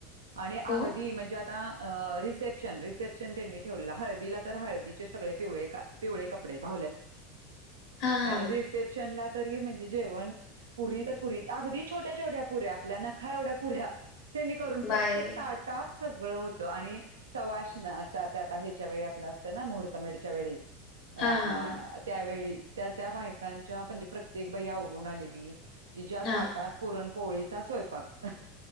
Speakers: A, on the right; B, on the left.
A: आणि अगदी
B: हो
A: म्हणजे आता अ रिसेप्शन रिसेप्शन त्यांनी ठेवलं हळदीला तर हळदीचे सगळे पिव पिवळे कपडे भा
B: हा हा
A: रिसेप्शनला तरी म्हणजे जेवण पुरी तर पुरी अगदी छोट्या छोट्या पुऱ्या आपल्याना खा एवढ्या पुऱ्या तेनी करून प्रत्येक
B: बाई
A: ता आटा सगळं होतं आणि सवासण असं आता ह्याच्या वेळी आपलं असतं ना मुहूर्त मेढच्या वेळी अ
B: हा हा हा
A: त्यावेळी त्या त्या बायकांच्या म्हणजे प्रत्येक बाई आवरून आलेली तिच्या
B: हा
A: ताटात पुरणपोळीचा स्वयंपाक